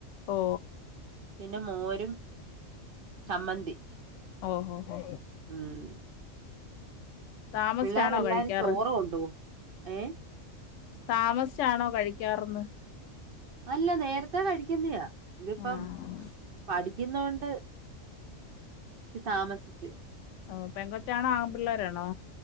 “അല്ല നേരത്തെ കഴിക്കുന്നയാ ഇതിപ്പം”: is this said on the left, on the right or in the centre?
Right